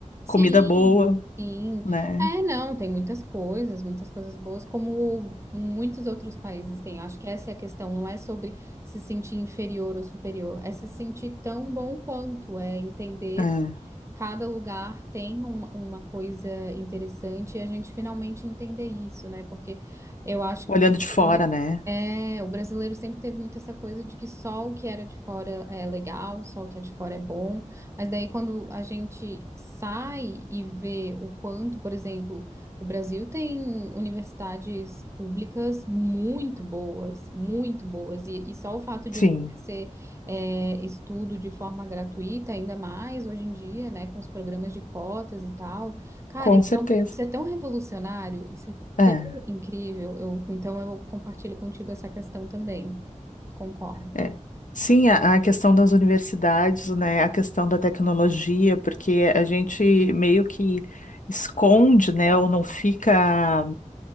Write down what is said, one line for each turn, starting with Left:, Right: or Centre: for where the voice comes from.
Right: Sim,
Left: Comida boa,
Right: sim.
Left: né?
Right: É, não, tem muitas coisas, muitas coisas boas, como muitos outros países têm. Acho que essa é a questão, não é sobre se sentir inferior ou superior, é se sentir tão bom quanto, é entender
Left: É,
Right: cada lugar tem uma, uma coisa interessante e a gente finalmente entender isso, né? Porque eu acho
Left: Olhando
Right: que o brasileiro,
Left: de fora, né?
Right: é, o brasileiro sempre teve muito essa coisa de que só o que era de fora é legal, só o que é de fora é bom. Mas daí quando a gente sai e vê o quanto, por exemplo, o Brasil tem universidades públicas muito boas, muito boas, e, e só o fato de
Left: Sim,
Right: oferecer é, estudo de forma gratuita, ainda mais hoje em dia, né, com os programas de cotas e tal. Cara,
Left: com
Right: isso
Left: certeza.
Right: é, um- isso é tão revolucionário, isso é
Left: É.
Right: tão incrível. Eu, então eu compartilho contigo essa questão também. Concordo.
Left: É. Sim, a, a questão das universidades, né, a questão da tecnologia, porque a gente meio que esconde, né, ou não fica